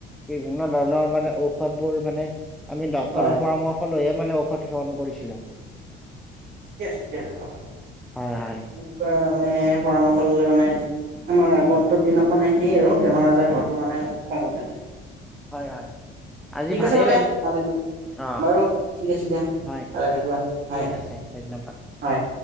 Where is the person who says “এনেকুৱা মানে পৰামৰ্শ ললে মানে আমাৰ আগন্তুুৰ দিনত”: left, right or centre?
Right